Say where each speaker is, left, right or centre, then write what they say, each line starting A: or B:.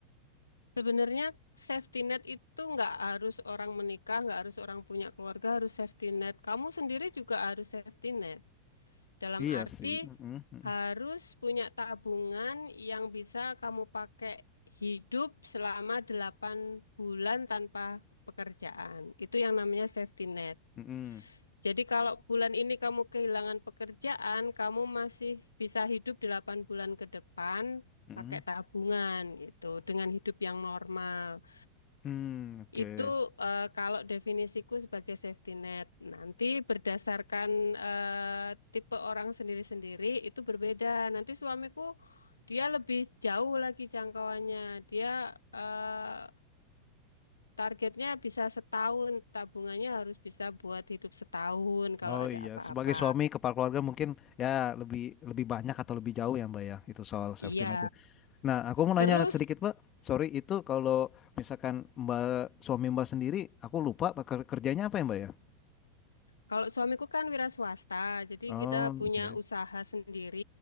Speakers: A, on the left; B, on the left.
A: sebenarnya safety net itu nggak harus orang menikah, nggak harus orang punya keluarga, harus safety net. Kamu sendiri juga harus safety net. Dalam
B: Iya
A: arti
B: sih. Mm-mm, mm-mm,
A: harus punya tabungan yang bisa kamu pakai hidup selama 8 bulan tanpa pekerjaan. Itu yang namanya safety net.
B: mm-mm,
A: Jadi kalau bulan ini kamu kehilangan pekerjaan, kamu masih bisa hidup 8 bulan ke depan
B: mm-mm.
A: pakai tabungan gitu dengan hidup yang normal.
B: Hmm, oke.
A: Itu eh, kalau definisiku sebagai safety net. Nanti berdasarkan eh, tipe orang sendiri-sendiri itu berbeda. Nanti suamiku dia lebih jauh lagi jangkauannya. Dia eh, targetnya bisa setahun, tabungannya harus bisa buat hidup setahun kalau
B: Oh
A: ada
B: iya,
A: apa-apa.
B: sebagai suami kepala keluarga mungkin ya lebih lebih banyak atau lebih jauh ya Mbak ya itu soal
A: Iya.
B: safety net. ya. Nah, aku mau
A: Terus
B: nanya sedikit Mbak. Sorry itu kalau misalkan Mbak suami Mbak sendiri, aku lupa Pak, ker- kerjanya apa ya Mbak ya?
A: kalau suamiku kan wira swasta, jadi
B: Oh,
A: kita punya
B: oke.
A: usaha sendiri.